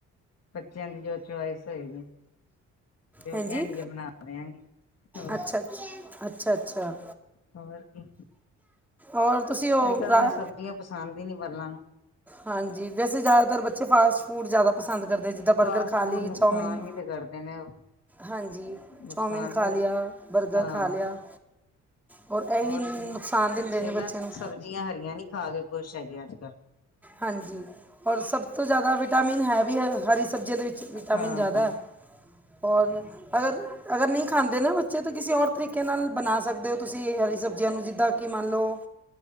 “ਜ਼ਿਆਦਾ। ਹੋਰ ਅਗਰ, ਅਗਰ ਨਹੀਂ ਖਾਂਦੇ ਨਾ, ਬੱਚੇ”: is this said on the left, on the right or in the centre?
Centre